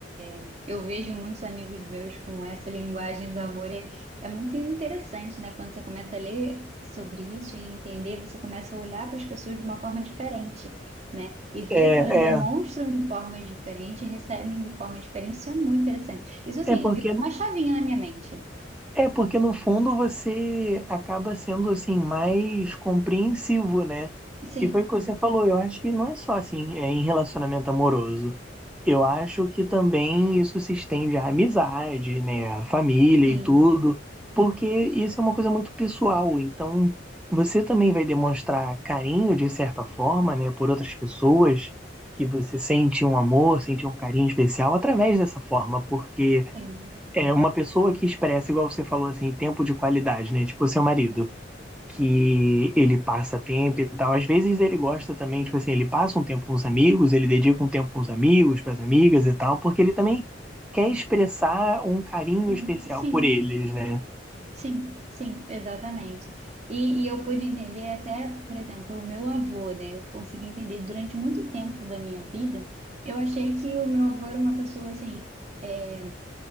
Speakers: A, on the right; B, in the centre.
A: é, eu vejo muitos amigos meus com essa linguagem do amor. É, é muito interessante, né? Quando você começa a ler sobre isso e entender, você começa a olhar para as pessoas de uma forma diferente, né? E ver
B: É,
A: que elas demonstram
B: é,
A: de formas diferentes, recebem de forma diferente. Isso é muito interessante. Isso, assim,
B: é porque
A: virou uma chavinha na minha mente.
B: É, porque no fundo você acaba sendo assim mais compreensivo, né?
A: Sim,
B: E foi o que você falou, eu acho que não é só assim, é em relacionamento amoroso. Eu acho que também isso se estende à amizade, né, à família
A: sim,
B: e tudo, porque isso é uma coisa muito pessoal, então você também vai demonstrar carinho de certa forma, né, por outras pessoas que você sente um amor, sente um carinho especial através dessa forma, porque
A: sim.
B: é uma pessoa que expressa, igual você falou assim, tempo de qualidade, né? Tipo, seu marido, que ele passa tempo e tal. Às vezes ele gosta também, tipo assim, ele passa um tempo com os amigos, ele dedica um tempo com os amigos, para as amigas e tal, porque ele também quer expressar um carinho
A: Hum,
B: especial
A: Sim.
B: por eles, né?
A: Sim, sim, exatamente. E, e eu pude entender até, por exemplo, o meu avô, né? Eu consegui entender durante muito tempo da minha vida. Eu achei que o meu avô era uma pessoa assim. eh,